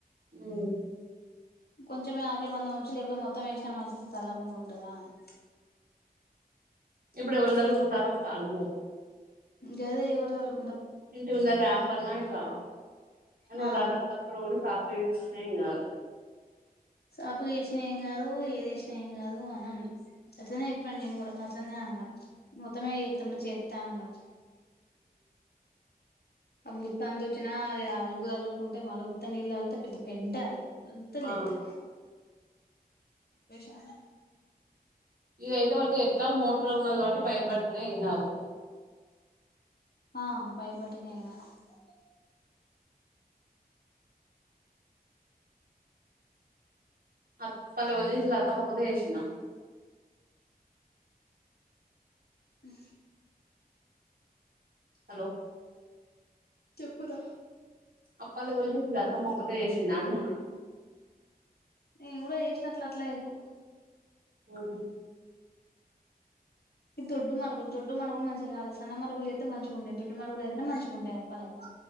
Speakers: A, on the right; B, on the left.
A: ఉ
B: కొంచెమే ఆకలి మందం ఉంచు లేకపోతే మొత్తం వేసినా మంచిది తల్కుండా ఉంటదా అని
A: ఇప్పుడు ఎవళ్ళదల్లుకుంటారు కాలు
B: గదే ఎవరిదాళ్ళు
A: ఇంటి ముందరా ర్యాంప్ అన్నా ఇట్లా అ
B: ఆ
A: అక్కడ కూడా చప వస్తున్నాయి ఇంకాదు
B: అప్పు చేస్నా ఏం కాదు ఏది వసినా ఏం కాదు అని అన్నంది అట్లనే చెప్పను నేను కూడా అట్లనే అన్నా మొత్తంమే ఎతన్ చేస్తాన్న్నారు అ ముత్త అంత వచ్చినా అది అలుగు అలుకుంటే మళ్ళీ ఉత్త నీళ్ళు అళ్తే పెద్ద పెంట అది అంతలే
A: ఆ
B: ఎంతది వేషాన్
A: ఇవి అయితే బట్టి ఎట్లా మోటర్ ఉన్న కాబట్టి పైప్ బట్టినా ఇం కాదు
B: ఆ పైప్ పెట్టినాంకాదు సరె
A: అత్తల్ ఎవల్ చేట్లే అత్తమా ఒక్కతే చేసిందా
B: అ
A: హలో
B: చెప్పురా
A: అప్పల వెళ్లి విలత్తమ్మ ఒక్కతే చేసిందా అంటన్న
B: నేన్ కూడా ఏష్టణట్ల అట్లా ఇపో
A: ఆహు
B: ఇ దొడ్డు మడుగులు దొడ్డు మడుగులు మంచిగాాలే సన్న మడుగులు అయితే మంచి ఉండే దొడ్డులు అయితేనే మంచిగాండే పాల